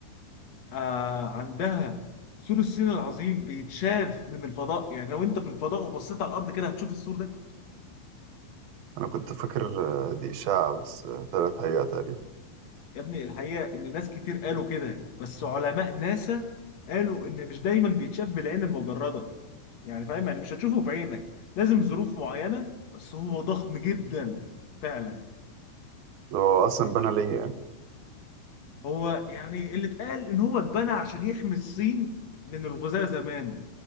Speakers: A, on the left; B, on the right.
A: آه عندها سور الصين العظيم بيتشاف من الفضاء يعني لو انت في الفضاء وبصيت على الارض كده هتشوف السور ده
B: أنا كنت فاكر آه، دي إشاعة بس آه، طلعت حقيقة تقريبا
A: يا ابني الحقيقه ان ناس كتير قالوا كده بس علماء ناسا قالوا ان مش دايما بيتشاف بالعين المجرده يعني فاهم يعني مش هتشوفه بعينك لازم ظروف معينة بس هو ضخم جدا فعلا
B: ده هو أصلا بنى ليه يعني؟
A: هو يعني اللي اتقال ان هو اتبنى عشان يحمي الصين من الغزاة زمان